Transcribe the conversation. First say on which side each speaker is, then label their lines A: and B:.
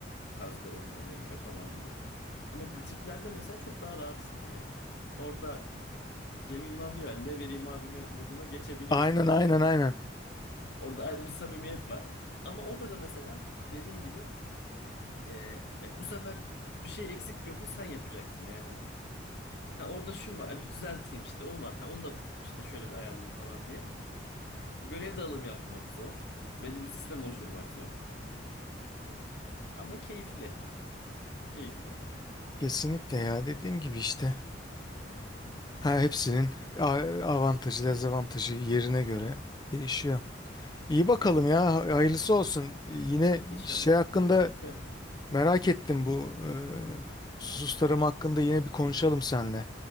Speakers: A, on the left (about 65°); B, on the left (about 20°).
A: tarzda olman gerekiyor falan gibi. Ama butiklerde mesela çok daha rahatsın. Hani Orada Cem Yılmaz diyor yani ne vereyim abime moduna geçebiliyorsun
B: Aynen,
A: gerçekten.
B: aynen, aynen.
A: Orada ayrı bir samimiyet var. Ama o da da mesela dediğin gibi e, bu sefer bir şey eksik gördün sen yapacaksın yani. Ha orada şu var ha, bir düzelteyim işte onu var. Ha onu da işte şöyle bir ayarlayayım falan diye. Görev dağılımı yapmak zor. Belli bir sistem oluşturmak zor. Ama keyifli. Keyifli.
B: Kesinlikle ya dediğim gibi işte. Ha, hepsinin a- avantajı, dezavantajı yerine göre değişiyor. İyi bakalım
A: Aynen
B: ya,
A: öyle abi.
B: hayırlısı olsun. Yine
A: İnşallah.
B: şey hakkında
A: <laughs> Hı
B: merak ettim bu e, susuz tarım hakkında yine bir konuşalım
A: hı.
B: seninle